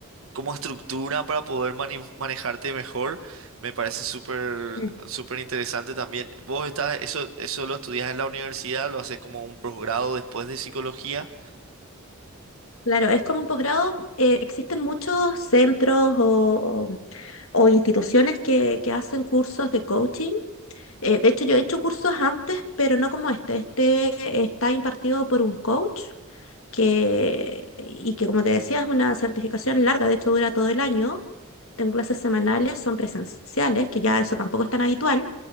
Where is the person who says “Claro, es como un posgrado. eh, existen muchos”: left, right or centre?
Left